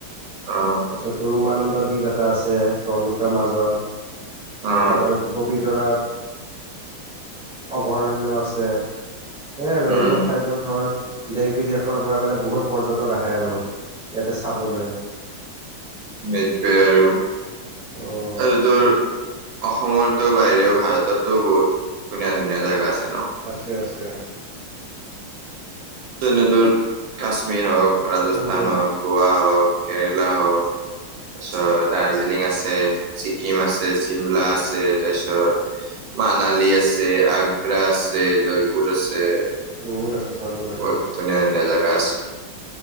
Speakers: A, on the right; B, in the centre.
A: অ
B: তাৰপিছত উমানন্দ দ্বীপ এটা আছে ব্ৰ প মাজত
A: অ
B: আৰু লগতে তোৰ পবিতৰা। অভয়াৰণ্য আছে। সেয়াই আৰু এইবোৰ
A: উম
B: ঠাইটোৰ ধৰ দেশ বিদেশৰ পৰা মানে বহুত পৰ্যটক আহে আৰু ইয়াতে চাবলৈ।
A: মট আৰু
B: উম
A: আৰু তোৰ অসমৰতো বাহিৰেও ভাৰততো বহুত ধুনীয়া ধুনীয়া জাগা আছে। ন
B: আছে আছে।
A: তেনেদৰ কাশ্মীৰ হওক ৰাজস্থান
B: উম
A: হওক গোৱা হওক। কেৰেলা হওক। তাৰপিছত দাৰ্জিলিং আছে, ছিকিম আছে চিমলা আছে তাৰপিছত মানালী আছে, আগ্ৰা আছে, জয়পুৰ আছে।
B: বহুত আছে। চাবলগীয়া
A: ব ধুনীয়া ধুনীয়া জেগা আছে।